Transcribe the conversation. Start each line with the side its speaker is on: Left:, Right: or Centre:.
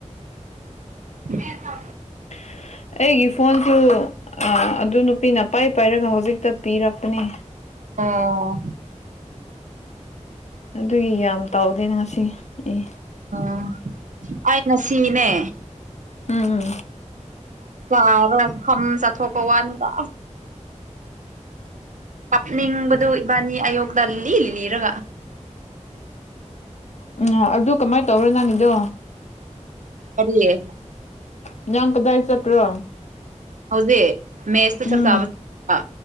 Right: ꯍ
Left: <inaudible> ꯑꯩꯒꯤ ꯐꯣꯟꯁꯨ ꯑꯗꯨ ꯅꯨꯄꯤꯅ ꯄꯥꯏ ꯄꯥꯏꯔꯒ ꯍꯧꯖꯤꯛꯇ ꯄꯤꯔꯛꯄꯅꯦ
Right: ꯑꫭ
Left: ꯑꯗꯨꯒꯤ ꯌꯥꯝ ꯇꯥꯎꯗꯦ ꯉꯁꯤ ꯑꯦ
Right: ꯑꯣ ꯑꯩꯅ ꯁꯤꯅꯦ
Left: ꯎꯝ
Right: ꯑꯔ ꯈꯝ ꯆ ꯊꯣꯛꯣꯛ ꯍꯋꯥꯅꯗ ꯄꯞꯅꯤ ꯏꯝꯕꯗꯨ ꯏꯕꯥꯅꯤ ꯑꯌꯣꯒ ꯂꯤ ꯏꯅꯤ ꯏꯔꯒ
Left: ꯎꯝ ꯑꯗꯨ ꯀꯃꯥꯏꯅ ꯇꯧꯔꯣ ꯅꯪꯒꯤꯗꯣ
Right: ꯑꯔꯤ
Left: ꯌꯥ ꯀꯗ ꯍ ꯆꯄ꯭ꯔꯣ
Right: ꯍꯧꯖꯤꯦ ꯃꯦꯁꯇ ꯆꯞ
Left: ꯎꯝ
Right: ꯆꯥ